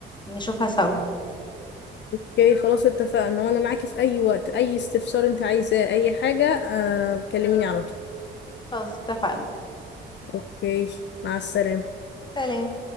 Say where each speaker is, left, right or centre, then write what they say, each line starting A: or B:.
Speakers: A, on the left (about 25°); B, on the left (about 65°).
A: نشوفها سوا
B: اوكي خلاص اتفقنا وأنا معاكي في أي وقت أي استفسار أنت عايزاه أي حاجة آه كلميني على طول
A: خلاص اتفقنا
B: اوكي مع السلامة
A: سلام